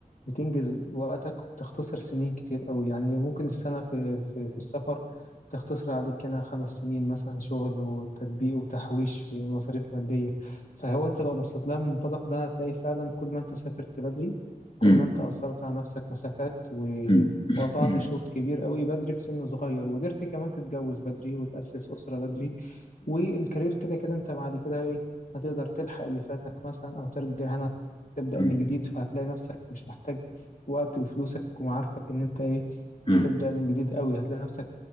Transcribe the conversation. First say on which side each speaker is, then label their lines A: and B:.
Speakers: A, on the left; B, on the left.
A: بتنجز وقتك وبتختصر سنين كتير قوي يعني ممكن السنة في, في, في السفر تختصر عليك هنا خمس سنين مثلا شغل وتطبيق وتحويش في مصاريف مادية فهو أنت لو بصيت لها من المنطلق ده هتلاقي فعلا كل ما أنت سافرت بدري كل
B: مم.
A: ما أنت أثرت على نفسك مسافات و-
B: مم.
A: وقطعت
B: مم.
A: شوط كبير قوي بدري في سن صغير وقدرت كمان تتجوز بدري وتأسس أسرة بدري والكارير كده كده أنت بعد كده إيه هتقدر تلحق اللي فاتك مثلا أو ترجع هنا تبدأ
B: مم.
A: من جديد فهتلاقي نفسك مش محتاج وقت بفلوسك ومعارفك إن أنت إيه
B: مم.
A: تبدأ من جديد قوي هتلاقي نفسك